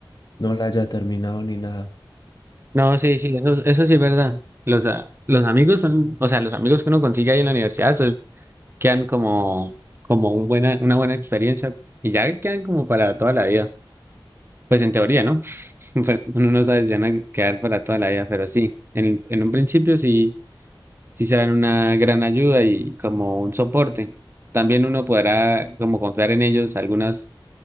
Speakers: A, on the left; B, on the right.
A: no la haya terminado ni nada.
B: No, sí, sí, eso, eso sí es verdad. Los, ah, los amigos son, o sea, los amigos que uno consigue ahí en la universidad son- quedan como, como un buena, una buena experiencia y ya quedan como para toda la vida. Pues en teoría, ¿no? <laughs> Pues uno no sabe si van a quedar para toda la vida, pero sí, en, en un principio sí, sí serán una gran ayuda y como un soporte. También uno podrá como confiar en ellos algunas,